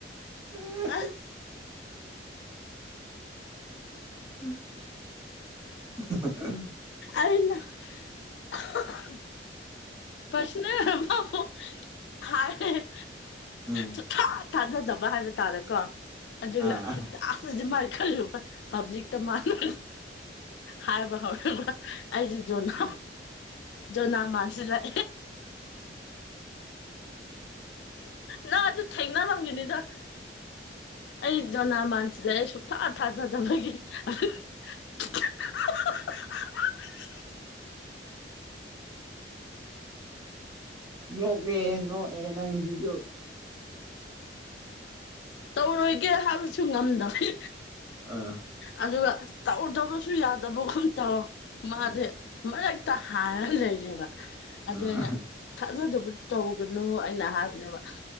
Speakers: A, on the right; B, on the left.
A: ꯑꯥ
B: ꯑ
A: <unintelligible>
B: ꯑꯩꯅ <unintelligible> ꯄꯁꯅꯦ ꯃꯥ ꯍꯥꯏ
A: ꯑꯝ
B: ꯁꯨꯊꯥ ꯊꯥꯖꯗꯕ ꯍꯥꯏꯕ ꯇꯥꯔꯦꯀꯣ ꯑꯗꯨꯒ
A: ꯑꯥ ꯑꯥ
B: ꯑꯅꯖꯤ ꯃꯥꯒꯤ ꯀꯔꯤꯒꯨꯝꯕ ꯄꯕ꯭ꯂꯤꯛꯇ ꯃꯅ ꯍꯥꯏꯕ ꯍꯧꯔꯕ ꯑꯩꯁꯦ ꯖꯣꯅꯥ
A: ꯑꯥ
B: ꯖꯣꯅꯥ ꯃꯥꯁꯤꯗꯥꯛ ꯅ ꯑꯗꯨ ꯊꯦꯡꯅꯔꯝꯒꯤꯅꯤꯗ ꯑꯩ ꯖꯣꯅꯥꯃꯥꯟꯁꯤꯗꯦ ꯑꯩ ꯁꯨꯡꯊꯥ ꯊꯥꯖꯗꯕꯒꯤ <unintelligible>
A: ꯂꯀꯦ ꯅꯣ ꯑꯦ ꯅꯪꯖꯤꯖꯨ
B: ꯇꯧꯔꯣꯏꯒꯦ ꯍꯥꯏꯕꯁꯨ ꯉꯝꯗꯕꯅꯤ
A: ꯑꯥ
B: ꯑꯗꯨꯒ ꯇꯧꯗꯕꯁꯨ ꯌꯥꯗꯕꯒꯨꯝ ꯇꯧ ꯃꯥꯁꯦ
A: ꯎꯝ
B: ꯃꯔꯛꯇ ꯍꯥꯟꯔꯒ ꯂꯩꯔꯦꯕ ꯑꯗꯨ
A: ꯑꯥ
B: ꯑꯥꯏꯅ ꯊꯥꯖꯗꯕ ꯇꯧꯒꯅꯨ ꯑꯩꯅ ꯍꯥꯏꯕꯅꯦꯕ